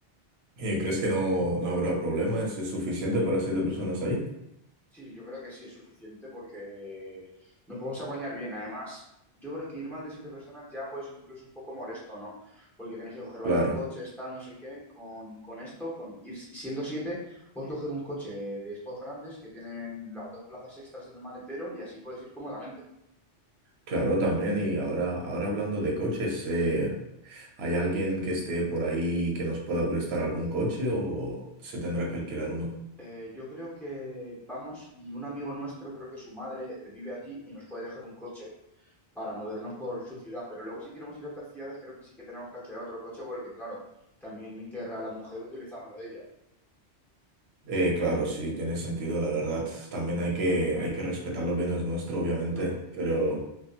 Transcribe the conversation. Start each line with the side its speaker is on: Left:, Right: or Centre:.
Right: ¿Y crees que no, no habrá problemas? ¿Es es suficiente para siete personas ahí?
Centre: sí, yo creo que sí es suficiente porque nos podemos apañar bien, además, yo creo que ir más de 7 personas ya puede ser incluso un poco molesto, ¿no? Porque tienes que coger varios
Right: Claro,
Centre: coches, tal, no sé qué, con, con esto, con ir si, siendo 7, puedes coger un coche de estos grandes que tienen las dos plazas extras en el maletero y así puedes ir cómodamente.
Right: claro también. Y ahora, ahora hablando de coches, eh, ¿hay alguien que esté por ahí que nos pueda prestar algún coche o se tendrá que alquilar uno?
Centre: Eh, yo creo que vamos y un amigo nuestro, creo que su madre eh, vive allí y nos puede dejar un coche para movernos por su ciudad, pero luego si queremos ir a otras ciudades creo que sí que tenemos que alquilar otro coche porque claro, también querrá la mujer utilizarlo ella,
Right: Eh, claro, sí, tiene sentido, la verdad. También hay que, hay que respetar lo que no es nuestro, obviamente,
Centre: claro.
Right: pero...